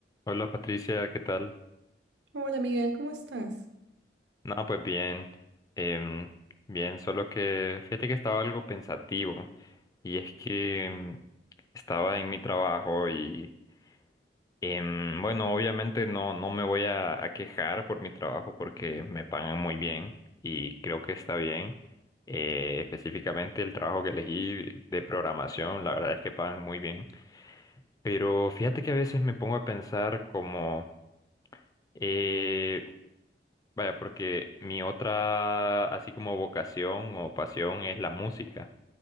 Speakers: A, on the left; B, on the right.
A: Hola Patricia, ¿qué tal?
B: Hola Miguel, ¿cómo estás?
A: No, pues bien, em, bien, solo que fíjate que estaba algo pensativo y es que em, estaba en mi trabajo y em, bueno, obviamente no, no me voy a, a quejar por mi trabajo porque me pagan muy bien y creo que está bien. Eh, específicamente el trabajo que elegí de programación, la verdad es que pagan muy bien. Pero fíjate que a veces me pongo a pensar como... Eh, Vaya, porque mi otra, así como vocación o pasión es la música.